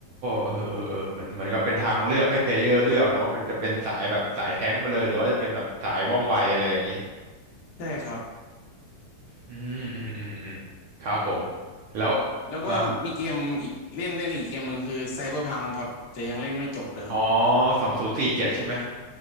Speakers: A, on the right; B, on the left.
A: เออเออเออเหมือนเหมือนกับเป็นทางเลือกให้เพลเยอร์เลือกนะว่าเป็นจะเป็นสายแบบสายแท้งไปเลยหรือว่าจะเป็นแบบสายว่องไวอะไรอย่างนี้
B: ใช่ครับ
A: อืมอืมอืมอืมครับผม แล้ว
B: แล้วก็มีเกมอีกเล่นเล่นอีกเกมหนึ่งคือไซเบอร์พังครับแต่ยังเล่นไม่จบเลยครับ
A: อ่าอ๋อสองศูนย์สี่เจ็ดใช่ไหม